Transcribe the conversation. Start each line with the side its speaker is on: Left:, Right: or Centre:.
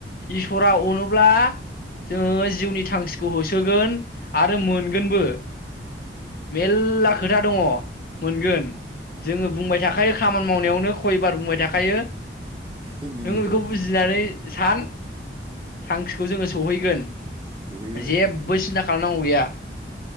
Left: इसरा अनो ब्ला जोङो जिउनि थांखिखौ होसोगोन आरो मोनगोनबो मेलला खोथा दङ मोनगोन जोङो बुंबाय थाखायो खामा मावनायावनो खयबार बुंबाय थाखायो
Right: हिन्दीनिखौ
Left: नोङो बेखौ बुजिनानै सान थांखिखौ
Right: दे
Left: जोङो सहैगोन
Right: सौहैगोन
Left: जेबबो सिन्था खालामनांगौ गैया।